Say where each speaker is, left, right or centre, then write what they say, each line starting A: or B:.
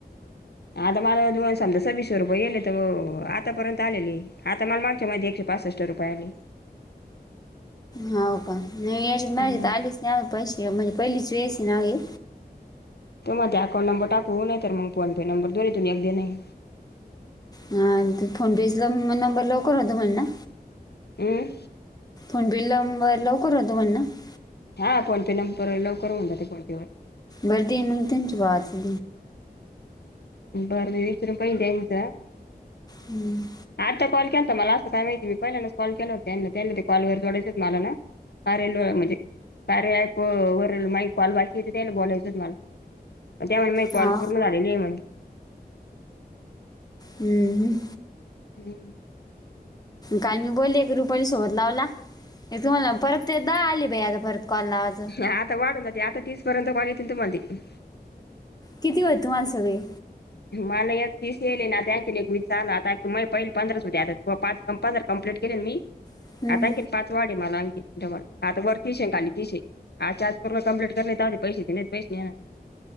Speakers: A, on the left (about 80°); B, on the left (about 25°).
A: आता मला सस विष शे रुपयेले तर आतापर्यंत आलेली आता मला मागच्या माझ एकशे पासष्ट रुपये आले
B: हो का नाही याच्यात माज
A: हं.
B: आलीच नाही पैसे म्हणजे पहिलीच वेस नाही
A: तो माझ अकां नंबर टाकू नाही तर मग फोने नंबर दोन येतून अगदी नाही
B: ह फोनपेचा नंबर लवकर होतो म्हण ना
A: हं
B: ण बिलर लवकर हो तो म्हण ना <inaudible>
A: हा फोनपे नंबर लवकर होऊन जाते कॉल.
B: बर दिन म त जवाात <inaudible>
A: बरं ते विचरून पहिज यांचं.
B: हम्म
A: आता कॉल केला होता मला असं काय माहिती मी पहिल्यानच कॉल केला होता त्यां त्यांनी ते कॉलगैरे ोडाच होत मला ना हरेलो म्हणजे कारे आहे प वर माही कॉल बाकीेत तेल बोलायचं मला त्यामुळे मग कॉल
B: हो
A: पूर्ण आलेली आहे म्हग
B: हम्म
A: <unintelligible>
B: काल मी बोलले रुपाली सोबत लावला तुम्हाला परत ते द आले बाई आता परत कॉल आज.
A: आता वाढत हो जाते आता तीसपर्यंत कॉल येथील तुम्हाला ते.
B: किती होय तुम्हाला सगळे?
A: मला या तीसले ना त्याँक एक विचारला आता म पहिले पंधराच द्यातात क पाच <unintelligible> पंधरा कंप्लेंट केली मी
B: हम्म.
A: आता, पाच वाडीव आहे मला आणखी व आता वरतीिशे खाली तिशे आजच्या आज कम्लीट करता पैसे नाही पैसे ना <unintelligible>